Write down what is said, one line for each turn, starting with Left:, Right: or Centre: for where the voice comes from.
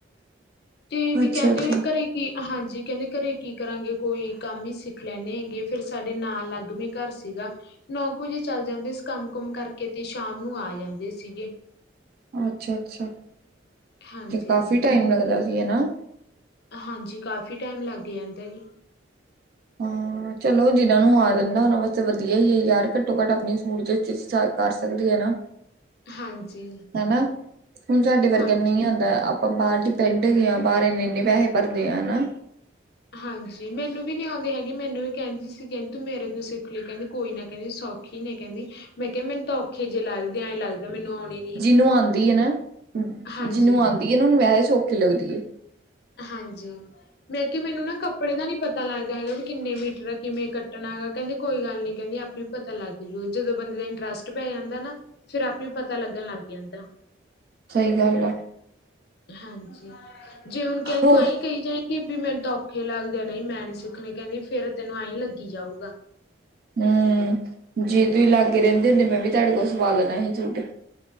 Left: ਏ ਵੀ
Right: ਅੱਛਾ
Left: ਕੈਹੰਦੇ
Right: ਅੱਛਾ
Left: ਵੀ ਘਰੇ ਕੀ ਹਾਂਜੀ ਕੈਹੰਦੇ ਘਰੇ ਕੀ ਕਰਾਂਗੇ, ਕੋਈ ਕੰਮ ਈ ਸਿੱਖ ਲੈਂਣੇ ਹੈਗੇ, ਫਿਰ ਸਾਡੇ ਨਾਲ ਲਾੱਗ ਵੀ ਘਰ ਸੀਗਾ। ਨੌ ਕੁ ਵਜੇ ਚੱਲ ਜਾਂਦੇ ਸੀ ਕੰਮ-ਕੁਮ ਕਰਕੇ, ਤੇ ਸ਼ਾਮ ਨੂੰ ਆ ਜਾਂਦੇ ਸੀਗੇ।
Right: ਅੱਛਾ-ਅੱਛਾ,
Left: ਹਾਂਜੀ
Right: ਕਾਫੀ ਟਾਈਮ ਲੱਗਦਾ ਸੀ ਹੈਨਾ।
Left: ਹਾਂਜੀ, ਕਾਫੀ ਟੈਮ ਲੱਗ ਜਾਂਦਾ ਜੀ।
Right: ਹਾਂ। ਚਲੋ ਜਿਨਾਂ ਨੂੰ ਆ ਜਾਂਦਾ ਓੱਨਾਂ ਵਾਸਤੇ ਵਧੀਆ ਈ ਹੈ ਯਾਰ, ਘੱਟੋ-ਘੱਟ ਆਪਨੇ ਸੂਟ ਸਟਿਚ-ਸਟਾ ਕਰ ਸਕਦੇ ਹੈ ਨਾ।
Left: ਹਾਂਜੀ
Right: ਹੈਨਾ, ਹੁਣ ਸਾਡੇ ਵਰਗੇਆ
Left: ਹਾਂਜੀ
Right: ਨੂੰ ਨਂਈ ਆਂਦਾ। ਆਪਾਂ ਬਾਹਰ ਡਿਪੈਂਡ ਐਗੇ ਆਂ, ਬਾਹਰ ਐਨੇ-ਐਨੇ ਪੈਸੇ ਭਰਦੇ ਆ ਨਾ।
Left: ਹਾਂਜੀ, ਮੈਨੂੰ ਵੀ ਨੀ ਆਉਂਦੇ ਹੈਗੀ, ਮੈਨੂੰ ਵੀ ਕੈਹੰਦੀ ਸੀ ਕੈਹੰਦੀ ਤੂੰ ਮੇਰੇ ਤੋਂ ਸਿੱਖ ਲਈ ਕੈਹੰਦੀ ਕੋਈ ਨਾ ਕੈਹੰਦੀ ਸੌਖੀ ਨਹੀਂ ਕੈਹੰਦੀ ਮੈਂ ਕੇਆ ਮੈਨੂੰ ਤਾਂ ਔਖੇ ਜੇ ਲੱਗਦੇਐਂ ਐਂ ਲੱਗਦਾ ਮੈਨੂੰ ਆਣੇ
Right: ਜਿਨੂੰ ਆਂਦੀ ਐ ਨਾ,
Left: ਹਾਂਜੀ
Right: ਜਿਨੂੰ ਆਂਦੀ ਐ ਨਾ, ਓਹਨੂੰ ਵੈਸੇ ਸੌਖੀ ਲੱਗਦੀ ਏ।
Left: ਹਾਂਜੀ, ਮੈਂ ਕੇਐ ਮੈਨੂੰ ਨਾ ਕੱਪ ੜੇ ਦਾ ਨੀ ਪਤਾ ਲੱਗਦਾ ਹੈਗਾ ਵੀ ਕਿੰਨੇ ਮੀਟਰ ਆ, ਕਿਵੇਂ ਕੱਟਣਾ ਹੈਗਾ, ਕੈਹੰਦੇ ਕੋਈ ਗੱਲ ਨੀ ਕੈਹੰਦੀ ਆਪੇ ਈ ਪਤਾ ਲੱਗ। ਜਦੋਂ ਬੰਦੇ ਦਾ ਇੰਟਰਸਟ ਪੈ ਜਾਂਦੈ ਨਾ, ਫੇਰ ਆਪੇ ਪਤਾ ਲੱਗਣ ਲੱਗ ਜਾਂਦੈ।
Right: ਸਈ ਗੱਲ ਆ।
Left: ਹਾਂਜੀ, ਜੇ ਹੁਣ ਕਹੇ
Right: ਹੋਰ
Left: ਤੂੰ ਆਈ ਕਈ ਜਾਈ ਵੀ ਬਇ ਮੈਨੂੰ ਤਾਂ ਔਖੇ ਲੱਗਦੇ ਆ, ਨਈ ਮੈਂ ਨੀ ਸਿੱਖਣੇ, ਕੈਹੰਦੀ ਫੇਰ ਤੈਨੂੰ ਐਂਈ ਲੱਗੀ ਜਾਊਗਾ।
Right: ਹੂੰ, ਜੇ ਤੁਸੀਂ ਲਾਗੇ ਰੈਹੰਦੇ ਹੁੰਦੇ, ਮੈਂ ਵੀ ਤੁਹਾਡੇ ਕੋਲ ਸਵਾ ਲੈਣਾ ਹੀ ਸੂਟ।